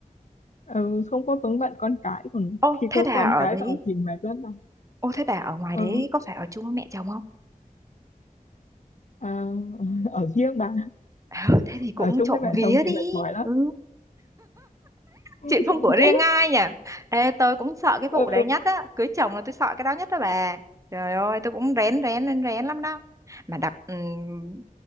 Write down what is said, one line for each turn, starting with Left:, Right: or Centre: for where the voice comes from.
Left: ừ, không có vướng bận con cái còn
Right: ô
Left: khi
Right: thế
Left: có
Right: bà
Left: con cái
Right: ở đấy
Left: vào thì mệt lắm bà
Right: ô thế bà ở ngoài
Left: ừ,
Right: đấy có phải ở chung với mẹ chồng không
Left: à, <laughs> ở riêng bà
Right: Ờ, thế thì cũng
Left: Ở chung
Right: trộm
Left: với mẹ
Right: vía
Left: chồng thì
Right: đi
Left: mệt mỏi lắm,
Right: ừ
Left: <laughs> ưm,
Right: chuyện không
Left: trộm
Right: của
Left: vía.
Right: riêng ai nhỉ Ê, tôi cũng sợ cái vụ
Left: Ừ,
Right: đấy nhất á cưới chồng là tôi sợ cái đó nhất đó bà trời ơi tôi cũng rén rén rén rén lắm đó mà đặc ừm,